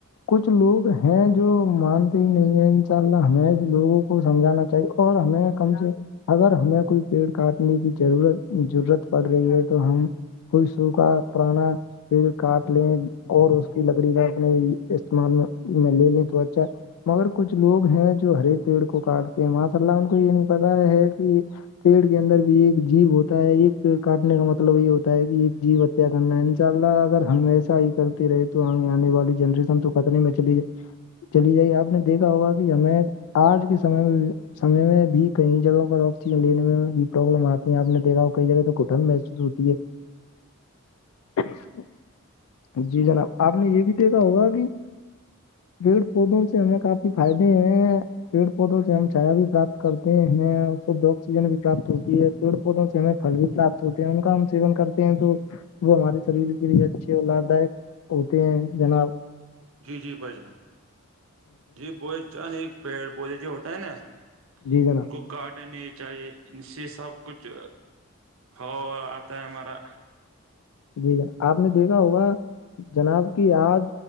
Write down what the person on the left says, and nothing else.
کچھ لوگ ہیں جو مانتے ہی نہیں ہے ان شاء اللہ ہمیں لوگوں کو سمجھانا چاہیے اور ہمیں کم سے اگر ہمیں کوئی پیڑ کاٹنے کی ضرورت ضرورت پڑ رہی ہے تو ہم کوئی سو کاا پرانا پ کاٹ لیں اور اس کی لکڑی کا اپنے استعمال میں لے لیں تو اچھا مگر کچھ لوگ ہیں جو ہرے پیڑ کو کاٹتے ہیں ماںصا اللہ ان کو یہ نہیں پتا ہے کہ پیڑ کے اندر بھی ایک جیب ہوتا ہے ایک پیڑ کاٹنے کا مطلب یہ ہوتا ہے کہ ایک جی کرنا انشاء اللہ اگر ہم ایسا ہی کرتے رہے تو آنے والی جنریشن تو خطرے میں چلی چلی جائی آپ نے دیکھا ہوگا کہ ہمیں آج کے سمے میں سمے میں بھی کئی جگہ پر آکسیجن لینے میں بھی پرابلم آتی ہے آپ نے دیکھا کئی جگہ تو گٹھن محسوس ہوتی ہے جی جی جناب آپ نے یہ بھی دیکھا ہوگا کہ پیڑ پودوں سے ہمیں کافی فائدے ہیں پیڑ پودوں سے ہم چھایا بھی پراپت کرتے ہیں آکسیجن بھی پراپت ہوتی ہے پڑ پودوں سے ہمیں پل بھی پراپت ہوتے ہیں ان کا ہم سیون کرتے ہیں تو وہ ہمارے شریر کے لیے اچھے اور لابھ دائک ہوتے ہیں جناب
جی جناب
جییک آپ نے دیکھا ہوگا جناب کی آج